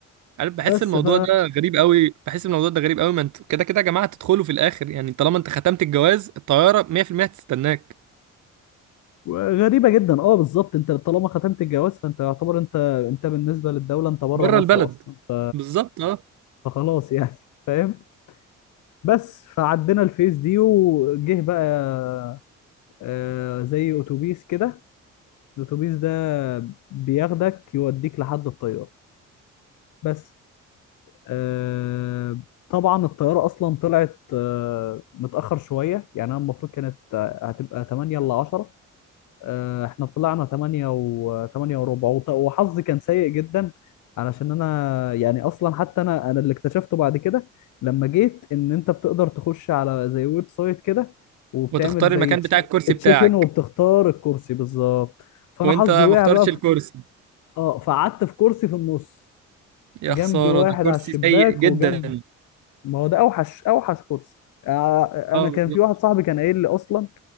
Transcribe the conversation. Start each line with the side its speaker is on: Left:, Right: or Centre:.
Right: عارف بحس
Left: بس
Right: الموضوع
Left: ف
Right: ده غريب قوي بحس الموضوع ده غريب قوي ما انتوا كده كده يا جماعه هتدخلوا في الاخر يعني طالما انت ختمت الجواز الطياره 100% هتستناك
Left: غريبة جدا اه بالظبط انت طالما ختمت الجواز فانت يعتبر انت انت بالنسبة للدولة انت بره
Right: بره
Left: مصر
Right: البلد
Left: اصلا ف...
Right: بالظبط اه
Left: فخلاص يعني <laughs> فاهم بس فعدينا الفيز دي وجه بقى آه، زي اتوبيس كده الاتوبيس ده بياخدك يوديك لحد الطيارة بس آه، طبعا الطيارة اصلا طلعت آه، متأخر شوية يعني انا المفروض كانت آه، هتبقى 8 ل 10 آه، احنا طلعنا 8 و 8 وربع وط- وحظي كان سيء جدا علشان انا يعني اصلا حتى انا انا اللي اكتشفته بعد كده لما جيت ان انت بتقدر تخش على زي ويب سايت كده وبتعمل
Right: وتختار
Left: زي
Right: المكان بتاع الكرسي بتاعك
Left: تشيك ان وبتختار الكرسي بالظبط فانا
Right: وانت
Left: حظي
Right: ما
Left: وقع
Right: اخترتش
Left: بقى في...
Right: الكرسي
Left: اه فقعدت في كرسي في النص
Right: يا
Left: جنبي
Right: خساره
Left: واحد
Right: ده كرسي
Left: على الشباك
Right: سيء جدا
Left: وجنب ما هو ده اوحش اوحش كرسي آه،
Right: اه
Left: انا كان
Right: بالظبط
Left: في واحد صاحبي كان قايل لي اصلا